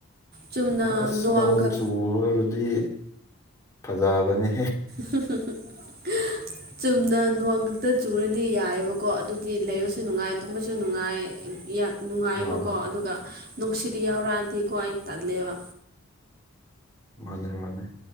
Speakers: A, on the right; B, on the left.
A: ꯆꯨꯝꯅ
B: ꯑꯁ
A: ꯅꯣꯡꯈꯛ
B: ꯅꯣꯡ ꯆꯨꯒꯗꯤ ꯐꯖꯕꯅꯤ
A: ꯍ <unintelligible> <inaudible> ꯆꯨꯝꯅ ꯅꯣꯡꯋꯥꯡ ꯈꯛꯇ ꯆꯨꯔꯗꯤ ꯌꯥꯏꯑꯕꯀꯣ ꯑꯗꯨꯗꯤ ꯂꯩꯕꯁꯨ ꯅꯨꯡꯉꯥꯏ ꯇꯨꯝꯕꯁꯨ ꯅꯨꯡꯉꯥꯏ ꯅꯨꯡꯉꯥꯏꯕꯀꯣ
B: ꯑꯥ
A: ꯑꯗꯨꯒ ꯅꯨꯡꯁꯤꯠ ꯌꯥꯎꯔꯛꯑꯗꯤꯀꯣ ꯑꯩ ꯇꯜꯂꯦꯕ
B: ꯃꯥꯅꯦ ꯃꯥꯅꯦ